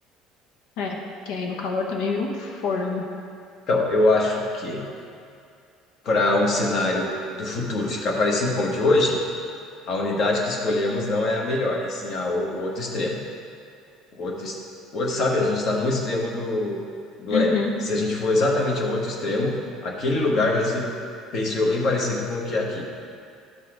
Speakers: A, on the left; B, on the left.
A: É, que aí no calor também vira um forno, né?
B: Então, eu acho que para um cenário do futuro ficar parecido com o de hoje, a unidade que escolhemos não é a melhor, e sim a, o, o outro extremo. O outro, es- o outro, sabe, a gente está no extremo do, do
A: Uhum.
B: L. Se a gente for exatamente ao outro extremo, aquele lugar vai ser, penso eu, bem parecido com o que é aqui.